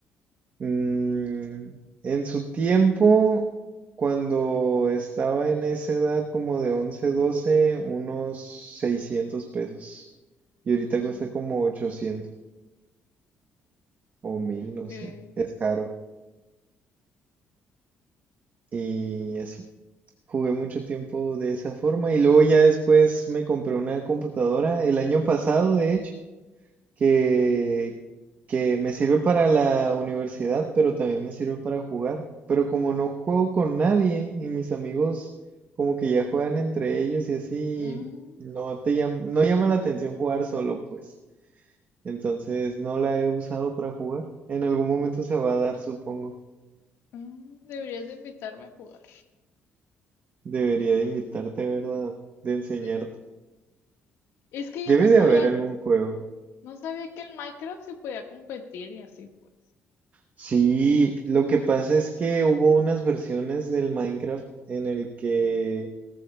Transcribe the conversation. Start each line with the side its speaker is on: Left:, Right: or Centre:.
Right: Mm, en su tiempo, cuando estaba en esa edad como de 11, 12, unos 600 pesos. Y ahorita
Left: Mm,
Right: cuesta como 800 o mil,
Left: ok.
Right: no sé. Es caro. Y así. Jugué mucho tiempo de esa forma. Y luego ya después me compré una computadora el año pasado, de hecho. que, que me sirve para la universidad, pero también me sirve para jugar. Pero como no juego con nadie y mis amigos como que ya juegan entre ellos y así,
Left: Mm,
Right: no te llam- no llama la atención jugar solo, pues. Entonces no la he usado para jugar. En algún momento se va a dar, supongo.
Left: mm, deberías de invitarme a jugar.
Right: Debería de invitarte, ¿verdad? De enseñarte.
Left: Sí. Es que
Right: Debe
Left: yo no sabía,
Right: de haber algún juego.
Left: no sabía que el Minecraft se podía competir y así pues.
Right: Sí, lo que pasa es que hubo unas versiones del Minecraft en el que